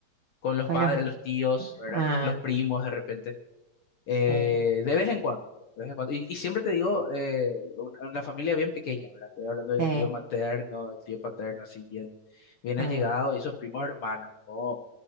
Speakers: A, on the left; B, on the right.
A: con los
B: con
A: padres,
B: los,
A: los tíos, ¿verdad?
B: ah,
A: Los primos de repente. Eh,
B: sí,
A: de vez en cuando, de vez en cuando. Y, y siempre te digo, eh, un- una, familia bien pequeña, ¿verdad? Estoy hablando del
B: sí,
A: tío materno, el tío paterno, así bien, bien
B: ah,
A: allegado, y esos primos hermanos, no,